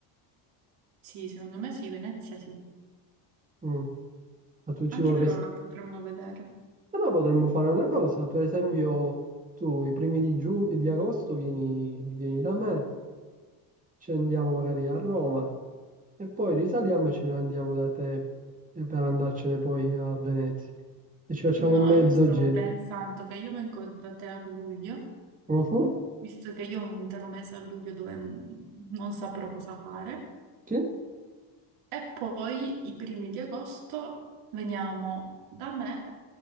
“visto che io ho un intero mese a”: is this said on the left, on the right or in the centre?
Right